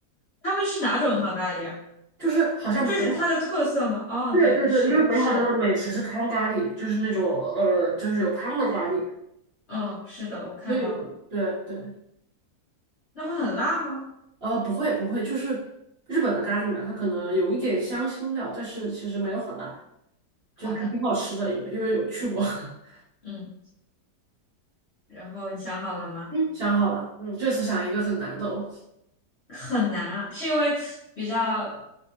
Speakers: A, on the left (about 45°); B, on the right (about 40°).
A: 他们是哪种糖咖喱啊？
B: 就是好像北海，
A: 这是它的特色吗？哦，
B: 对对对，
A: 对，是的，
B: 因为北海道的美食是汤咖喱，
A: 是的，
B: 就是那种呃，就是有汤的咖喱，
A: 嗯，是的，我看到了。
B: 所以对对，
A: 那会很辣吗？
B: 呃，不会不会，就是日本的咖喱嘛，它可能有一点香辛料，但是其实没有很辣，
A: 好的，
B: 就还挺好吃的，因为因为有去过。<laughs>
A: 嗯，然后你想好了吗？
B: 嗯，想好了，嗯，这次想一个很难的哦。
A: 很难啊，是因为比较